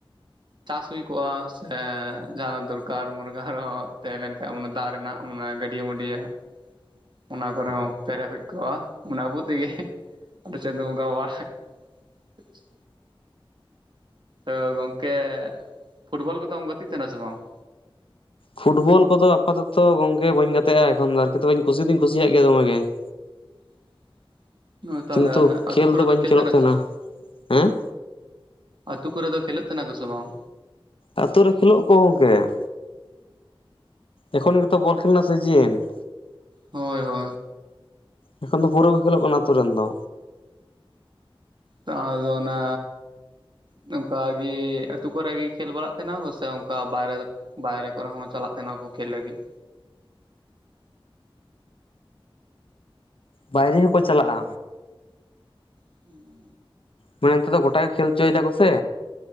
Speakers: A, on the right; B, on the left.
A: ᱪᱟᱥ ᱦᱩᱭ ᱠᱚᱜᱼᱟ ᱥᱮ ᱡᱟᱦᱱᱟᱜ ᱫᱚᱨᱠᱟᱨ ᱢᱩᱨᱜᱟᱹᱱ ᱨᱮ ᱦᱚᱸ ᱛᱟᱦᱮᱸ ᱞᱮᱱ ᱠᱷᱟᱱ ᱡᱟᱱᱮ ᱫᱟᱜ ᱨᱮᱱᱟᱜ ᱾ ᱚᱢᱱᱮ ᱜᱟᱹᱰᱭᱟᱹ ᱢᱟᱹᱰᱭᱟᱹ ᱦᱟᱸᱜ, ᱚᱱᱟ ᱠᱚᱨᱮ ᱦᱚᱸ ᱯᱮᱨᱮᱡ ᱦᱩᱭ ᱠᱚᱜᱼᱟ ᱢᱟᱱᱮ ᱟᱵᱚ ᱛᱮ ᱜᱮ ᱪᱟᱸᱫᱚ ᱵᱚᱝᱜᱟᱣᱟᱜ, <unintelligible> ᱛᱚ ᱜᱚᱠᱮ ᱯᱷᱩᱴᱵᱚᱞ ᱠᱚᱫᱚᱢ ᱜᱟᱛᱤᱜ ᱛᱟᱦᱮᱱᱟ ᱥᱮ ᱵᱟᱝ?
B: ᱯᱷᱩᱴᱵᱚᱞ ᱠᱚ ᱫᱚ ᱟᱯᱟᱛᱚᱛᱚ ᱜᱚᱢᱠᱮ ᱵᱟᱹᱧ ᱜᱟᱛᱮᱜᱼᱟ ᱮᱠᱷᱚᱱ ᱫᱚ ᱟᱨᱠᱤ ᱠᱩᱥᱤ ᱫᱩᱧ ᱠᱩᱥᱤᱭᱟᱜ ᱜᱮᱭᱟ ᱫᱚᱢᱮ ᱾
A: <unintelligible> ᱦᱳᱭ ᱛᱟᱦᱚᱞᱮ
B: ᱠᱤᱱᱛᱩ ᱠᱷᱮᱞ
A: ᱟᱹᱛᱩ ᱠᱚᱨᱮ
B: ᱵᱟᱹᱧ
A: ᱫᱚ ᱠᱮᱞ
B: ᱠᱷᱮᱞᱳᱜ
A: ᱠᱟᱱᱟ
B: ᱛᱟᱦᱮᱱᱟ
A: ᱠᱟ ᱥᱮ ᱵᱟᱝ?
B: ᱦᱮᱸ
A: ᱟᱹᱛᱩ ᱠᱚᱨᱮ ᱫᱚ ᱠᱷᱮᱞᱳᱜ ᱠᱟᱱᱟ ᱠᱚ ᱥᱮ ᱵᱟᱝ?
B: ᱟᱹᱛᱩ ᱨᱮ ᱠᱷᱮᱞᱳᱜ ᱠᱚ ᱜᱚᱢᱠᱮ ᱾ ᱮᱠᱷᱚᱱ ᱜᱮ ᱛᱚ ᱵᱚᱞ ᱠᱷᱮᱞ ᱨᱮᱱᱟᱜ ᱥᱤᱡᱤᱱ ᱾
A: ᱦᱳᱭ ᱦᱳ-ᱼ
B: ᱮᱠᱷᱚᱱ ᱫᱚ ᱯᱩᱨᱟᱹ ᱜᱮ ᱠᱷᱮᱞᱳᱜ ᱠᱟᱱᱟ ᱟᱹᱛᱩᱳ ᱨᱮᱱ ᱫᱚ᱾
A: ᱛᱟᱨᱫᱚ ᱚᱱᱟ ᱢᱟᱱᱮ ᱚᱱᱠᱟᱜᱤ ᱟᱹᱛᱩ ᱠᱚᱨᱮᱜᱮ ᱠᱷᱮᱞ ᱵᱟᱲᱟᱜ ᱛᱟᱦᱮᱸᱱᱟ ᱠᱚ ᱥᱮ ᱚᱱᱠᱟ ᱵᱟᱭᱨᱮ ᱵᱟᱭᱨᱮ ᱠᱚᱨᱮ ᱦᱚ ᱪᱟᱞᱟᱜ ᱛᱟᱦᱮᱸᱱᱟ ᱠᱚ ᱠᱷᱮᱞ ᱞᱟᱹᱜᱤᱫ᱾
B: ᱵᱟᱭᱨᱮ ᱦᱚᱸᱠᱚ ᱪᱟᱞᱟᱜ-ᱟ᱾
A: <inaudible>
B: ᱢᱟᱱᱮ ᱱᱤᱛᱚᱜ ᱫᱚ ᱜᱚᱴᱟ ᱜᱮ ᱠᱷᱮᱞᱪᱚᱭ ᱫᱟᱠᱚ ᱥᱮ᱾